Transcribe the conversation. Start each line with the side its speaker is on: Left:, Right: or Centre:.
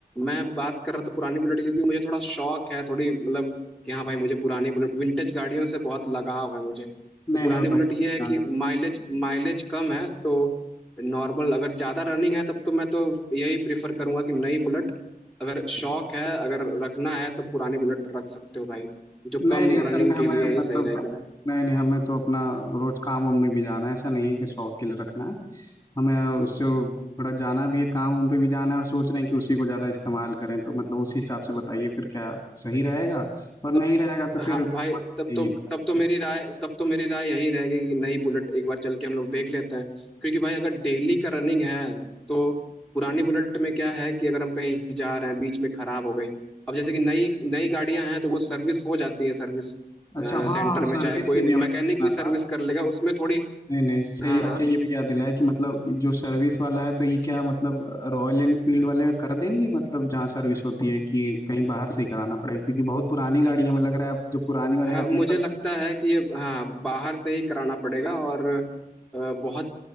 Centre: मैं बात कर रहा था पुरानी बुलेट की, क्योंकि मुझे थोड़ा शौक है थोड़ी मतलब कि हाँ भाई मुझे पुरानी बुलेट विंटेज गाड़ियों से बहुत लगाव है मुझे
Left: नहीं
Centre: तो पुरानी
Left: नहीं वो तो
Centre: बुलेट
Left: हम अच्छे
Centre: ये
Left: से
Centre: है कि
Left: जानते
Centre: माइलेज
Left: हैं
Centre: माइलेज कम है तो नॉर्मल अगर ज़्यादा रनिंग है तब तो मैं तो यही प्रेफर करूंगा कि नई बुलेट अगर शौक है अगर रखना है तब पुरानी बुलेट रख सकते हो भाई जो
Left: नहीं
Centre: कम
Left: नहीं असल
Centre: रनिंग
Left: में
Centre: के
Left: हमें
Centre: लिए ही
Left: मतलब
Centre: सही रहेगी वो
Left: नहीं नहीं हमें तो अपना रोज काम वाम में भी जाना है ऐसा नहीं है कि शौक के लिए रखना है हमें उससे थोड़ा जाना भी है काम उम पे भी जाना है और सोच रहे हैं कि उसी को ज़्यादा इस्तेमाल करें तो मतलब उसी हिसाब से बताइए फिर क्या सही रहेगा और नहीं
Centre: तब
Left: रहेगा
Centre: तो,
Left: तो फिर
Centre: हाँ
Left: कौन
Centre: भाई
Left: सी
Centre: तब
Left: चाहिए
Centre: तो
Left: बता
Centre: तब
Left: दीजिए
Centre: तो मेरी राय तब तो मेरी राय यही रहेगी कि नई बुलेट एक बार चल के हम लोग देख लेते हैं क्योंकि भाई अगर डेली का रनिंग है तो पुरानी बुलेट में क्या है कि अगर हम कहीं जा रहे हैं बीच में खराब हो गई अब जैसे कि नई नई गाड़ियां हैं तो वो सर्विस हो जाती है सर्विस
Left: अच्छा हाँ
Centre: सेंटर
Left: हाँ
Centre: में
Left: सर्विस
Centre: चाहे कोई
Left: से भी हमें
Centre: मैकेनिक
Left: पूछना
Centre: भी सर्विस
Left: था
Centre: कर लेगा उसमें थोड़ी
Left: नहीं नहीं सही
Centre: हाँ
Left: अच्छा
Centre: हाँ
Left: ये भी याद दिलाया कि मतलब जो सर्विस वाला है तो ये क्या मतलब रॉयल एनफील्ड वाले कर देंगे मतलब जहाँ सर्विस होती है कि कहीं बाहर से ही कराना पड़ेगा क्योंकि बहुत पुरानी गाड़ी है हमें लग रहा है अब जो पुरानी वाले
Centre: हाँ
Left: आती
Centre: मुझे
Left: हैं सब
Centre: लगता है कि ये हाँ बाहर से ही कराना पड़ेगा और अ, बहुत